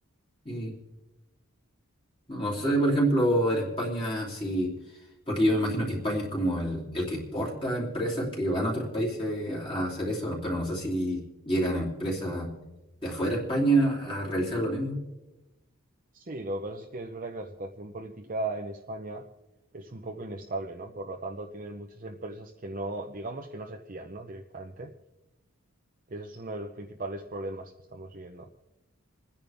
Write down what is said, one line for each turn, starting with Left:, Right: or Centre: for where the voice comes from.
Left: Y no, no sé, por ejemplo, en España, si, porque yo me imagino que España es como el, el que exporta empresas que van a otros países a hacer eso, ¿no? pero no sé si llegan empresas de afuera de España a realizar lo mismo.
Right: Sí, lo que pasa es que es verdad que la situación política en España es un poco inestable, ¿no? Por lo tanto, tienen muchas empresas que no, digamos que no se fían, ¿no? Directamente. Y ese es uno de los principales problemas que estamos viviendo.